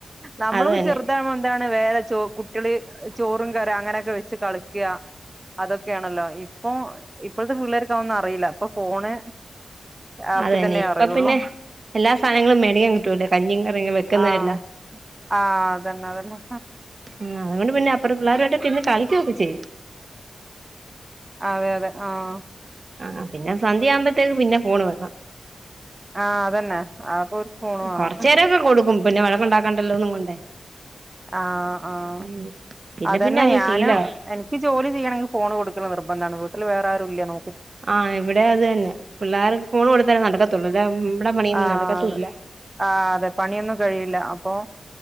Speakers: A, on the right (about 25°); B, on the right (about 50°).
A: നമ്മളൊക്ക്
B: അത് തന്നെ
A: ചെറുതാവുമ്പോ എന്താണ് വേറെ ചോ കുട്ട്യള് ചോറും കറിം അങ്ങനൊക്കെ വെച്ച് കളിക്. അതൊക്കെയാണല്ലോ ഇപ്പൊ ഇപ്പഴത്തെ പിള്ളേർക്ക അവന്നും അറിയില്ല ഇപ്പൊ ഫോണ്. ആക്കി
B: അതന്നെ
A: തന്നെ
B: ഇപ്പ
A: അറിയുള്ളൂ
B: പിന്നെ എല്ലാ സാനങ്ങളും മേടികാൻ കിട്ടുവല്ലേ കഞ്ഞി കറിയൊക്ക വെക്കുന്നതല്ലാം.
A: ആഹ് ആഹ് അതന്നെ അതന്നെ.
B: ആഹ് അതുകൊണ്ട് പിന്നെ അപ്പറ പിള്ളേരുക്കായിട്ടിരുന്ന് കളിക്കൊക്കെ ചെയ്യും.
A: അതെ അതെ ആഹ്.
B: ആഹ് പിന്നെ സന്ധ്യ ആവുമ്പോത്തേക്ക് പിന്നെ ഫോണ് വേണം.
A: ആഹ് അതന്നെ അപ്പൊ ഒരു ഫോണ് വാണം.
B: കൊറച്ചേരൊക്കെ കൊടുക്കും. പിന്നെ വഴക്കുണ്ടാക്കണ്ടല്ലോന്നും കൊണ്ടേ.
A: ആഹ് ആഹഹ്
B: ഉം പിന്നെ
A: അതന്നെ
B: പിന്നെ അങ്ങ്
A: ഞാനും
B: ശീലവാ
A: എനി ഇക്ക് ജോലി ചെയ്യണെങ്കിൽ ഫോണ് കൊടുക്കല് നിർബന്ധാണ് വീട്ടില് വേറാരുല്ല നോ
B: ആഹ് ഇവിടെ അത് തന്നെ പിള്ളേർ ഫോണ് കൊടുത്താലേ നടക്കത്തുള്ളൂ അല്ല ഇമ്മടെ പണിയൊന്നും
A: ആഹ്
B: നടക്കത്തുല്ല.
A: ആഹ് അതെ പണിയൊന്നും കഴിയില്ല അപ്പൊ